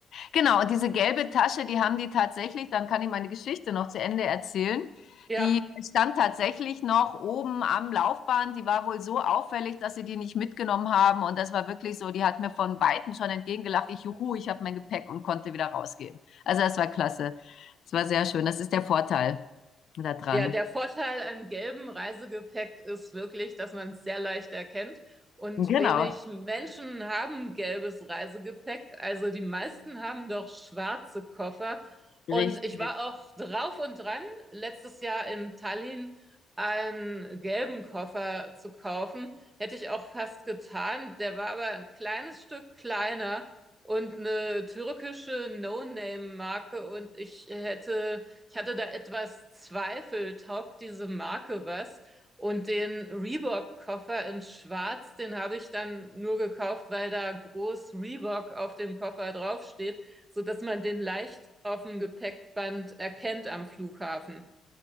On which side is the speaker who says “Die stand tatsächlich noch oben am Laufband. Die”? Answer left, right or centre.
Left